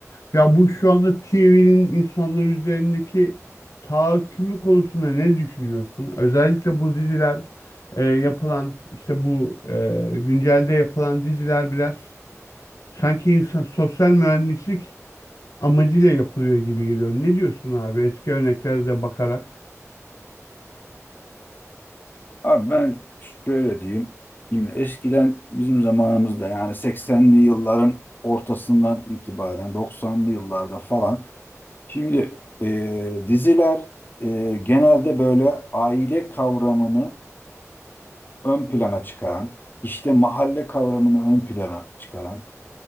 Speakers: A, on the left (about 75°); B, on the left (about 35°).
A: Ya bu şu anda TV'nin insanlar üzerindeki tahakkümü konusunda ne düşünüyorsun? Özellikle bu diziler e, yapılan işte bu e, güncelde yapılan diziler biraz sanki insan sosyal mühendislik amacıyla yapılıyor gibi geliyor. Ne diyorsun abi eski örneklere de bakarak?
B: Abi ben şöyle diyeyim. Şimdi eskiden bizim zamanımızda yani 80'li yılların ortasından itibaren 90'lı yıllarda falan. Şimdi e, diziler e, genelde böyle aile kavramını ön plana çıkaran, işte mahalle kavramını ön plana çıkaran,